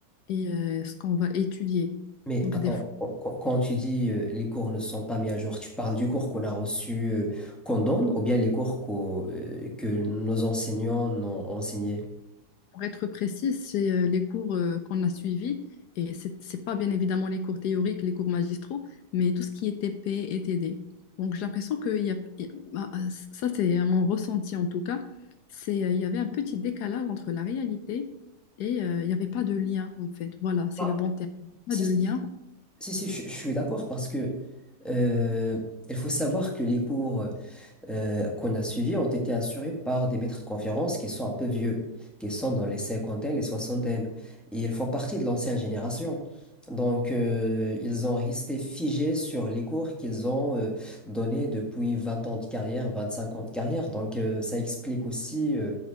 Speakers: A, on the left; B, in the centre.
A: et euh, ce qu'on va étudier.
B: Mais
A: Donc
B: attends,
A: des
B: quand, quand- quand tu dis euh, les cours ne sont pas mis à jour, tu parles du cours qu'on a reçu, euh, qu'on donne, ou bien les cours qu'au- euh, que nos enseignants ont enseigné?
A: Pour être précise, c'est euh, les cours euh, qu'on a suivis. Et c'est c'est pas bien évidemment les cours théoriques, les cours magistraux, mais tout ce qui est TP et TD. Donc j'ai l'impression que il y a, il bah, ça, c'est mon ressenti en tout cas. C'est, euh, il y avait un petit décalage entre la réalité et euh, il n'y avait pas de lien en fait. Voilà, c'est
B: Bah,
A: le bon terme.
B: Si,
A: Pas de
B: si,
A: lien.
B: Si, si, je, je suis d'accord parce que euh, il faut savoir que les cours euh, qu'on a suivis ont été assurés par des maîtres de conférences qui sont un peu vieux, qui sont dans les cinquantaines, les soixantaines. Et ils font partie de l'ancienne génération. Donc, euh, ils ont resté figés sur les cours qu'ils ont euh, donnés depuis 20 ans de carrière, 25 ans de carrière. Donc, euh, ça explique aussi euh,